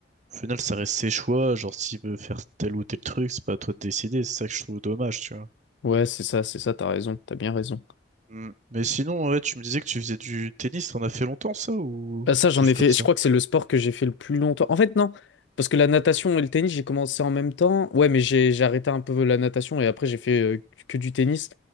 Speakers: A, on the right; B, on the left.
A: au final, ça reste ses choix. Genre, s'il veut faire tel ou tel truc, c'est pas à toi de décider. C'est ça que je trouve dommage, tu vois.
B: Ouais, c'est ça, c'est ça, t'as raison, t'as bien raison.
A: Mm. Mais sinon, ouais, tu me disais que tu faisais du tennis. T'en as fait longtemps, ça, ou
B: Bah ça, j'en
A: juste
B: ai fait.
A: comme ça?
B: Je crois que c'est le sport que j'ai fait le plus longtemps. En fait, non, parce que la natation et le tennis, j'ai commencé en même temps. Ouais, mais j'ai j'ai arrêté un peu la natation et après j'ai fait euh, que du tennis.